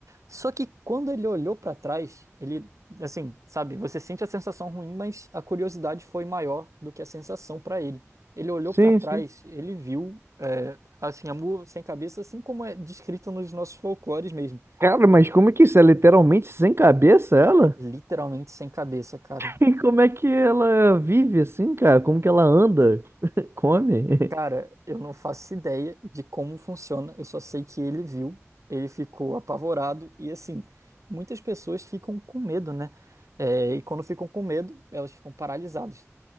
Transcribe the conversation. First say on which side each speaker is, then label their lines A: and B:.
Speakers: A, on the right; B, on the right.
A: Só que quando ele olhou para trás, ele, assim, sabe, você sente a sensação ruim, mas a curiosidade foi maior do que a sensação para ele. Ele olhou
B: Sim,
A: para trás,
B: sim.
A: ele viu, é, assim, a mula sem cabeça, assim como é descrita nos nossos folclores mesmo.
B: Cara, mas como é que isso é literalmente sem cabeça, ela?
A: Literalmente sem cabeça, cara.
B: <laughs> E como é que ela vive assim, cara? Como que ela anda? Come? <laughs>
A: Cara, eu não faço ideia de como funciona, eu só sei que ele viu, ele ficou apavorado e assim, muitas pessoas ficam com medo, né? É, e quando ficam com medo, elas ficam paralisadas.